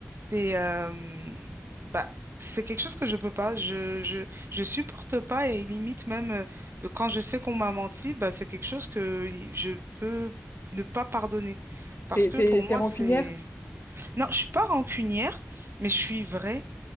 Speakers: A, on the right (about 65°); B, on the left (about 55°).
A: c'est euh, bah, c'est quelque chose que je peux pas. Je, je, je supporte pas et limite même euh, quand je sais qu'on m'a menti, bah, c'est quelque chose que li- je peux ne pas pardonner. Parce
B: T'es,
A: que
B: t'es,
A: pour
B: t'es
A: moi,
B: rancunière?
A: c'est. Non, je suis pas rancunière, mais je suis vraie.